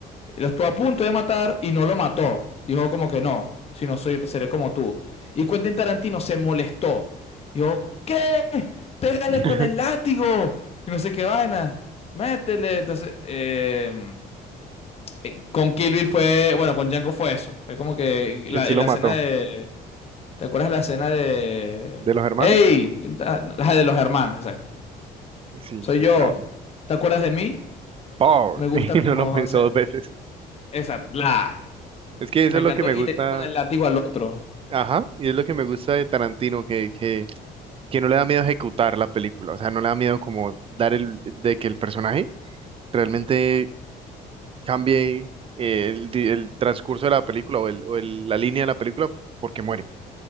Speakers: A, on the left; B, on the right.
A: lo estuvo a punto de matar y no lo mató. Dijo como que no, si no soy, seré como tú. Y Quentin Tarantino se molestó. Dijo, ¿qué? Pégale
B: <laughs>
A: con el látigo. Y no sé qué vaina. Métele. Entonces, eh, eh, con Kill Bill fue, bueno, con Django fue eso. Fue como que
B: que
A: la,
B: sí
A: en
B: lo
A: la
B: mató.
A: escena de... ¿Te acuerdas de la escena de...
B: ¿De los hermanos?
A: ¡Ey! Ah, La de los hermanos, exacto.
B: Sí,
A: Soy
B: sí,
A: yo.
B: claro.
A: ¿Te acuerdas de mí?
B: Power.
A: Me gusta
B: <laughs> Y
A: como...
B: no lo pensó
A: o sea,
B: dos veces.
A: Esa, la...
B: Es que
A: Me
B: eso es
A: encantó
B: lo que me
A: y
B: gusta
A: le dio con el látigo al otro.
B: Ajá, y es lo que me gusta de Tarantino, que, que, que no le da miedo ejecutar la película, o sea, no le da miedo como dar el, de que el personaje realmente cambie eh, el, di- el transcurso de la película o, el, o el- la línea de la película porque muere,